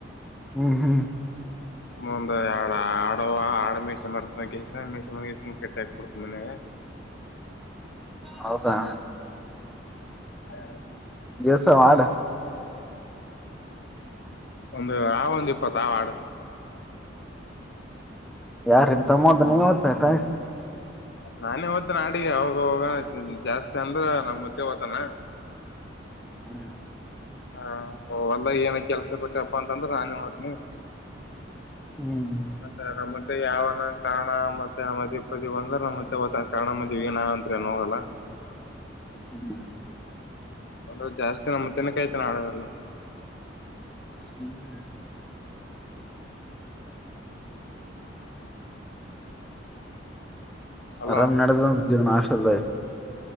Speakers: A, in the centre; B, on the left.
A: ಹ್ಮ್ ಹ್ಮ್
B: ಒ ಆ ಆಡ ಆ ಮಣಸ ಮರ್ತ ಗಸ ಮಣಸಸ ಕೆಟ್ಟಿಾಕ್ಬ ಬಿಡ್ತ ಮನ್ಾಗ
A: ಹೌದಾ
B: ಹಾ
A: ದಿವಸ ಮಾಡ
B: ಒಂದು ಆ ಒಂದು ಇಪ್ಪತ್ತಾವ ಆಡು
A: ಯಾರಮ ತ ಮೊದನ ಹೊತ್ತಾಯ್ತ
B: ನಾನೇ ್ ನಾಡಡಿ ಅವಾಗ ಹೋಗ ಜಾಸ್ತಿ ಅಂದ್ರ ನಮ್ ಮ್ದೆ ಓ್ತಾನ
A: ಹ್ಮ್
B: ಹಾ ಓವಲ್ಲ ಏನ ಕೆಲ್ಸ ಇರ್ಬೇಕಪ್ಪಾ ಅಂತಂದ್ರ ನಾನೇ ಮದ್ನಿ
A: ಹ್ಮ್.
B: ಮತ್ತೆ ನಮ್ಮ ಮತ್ತೆ ಯಾವನ ಕಾರಣ ಮತ್ತೆ ಮದೇಪತಿ ಬಂದ್ರ ನ ಮತ್ತೆ ಅವತ್ತ ಕಾರಣ ಮದ್ ಏನಾವ ಅತ್ ಏನ್ ಹೋಗಲ್ಲ
A: ಹ್ಮ <unintelligible>
B: ಒಂದ್ರ ಜಾಸ್ತಿ ನಮ್ಮ ತನ ಕೈತೆ ನಡರೆಲ್ಲ
A: ಹ್ಮ ಹ್ಮ್
B: ಅಲ್ವಾ
A: ಆರಾಮ್ ನದ ಜೀವನ್ ಆಶಲ್ಲ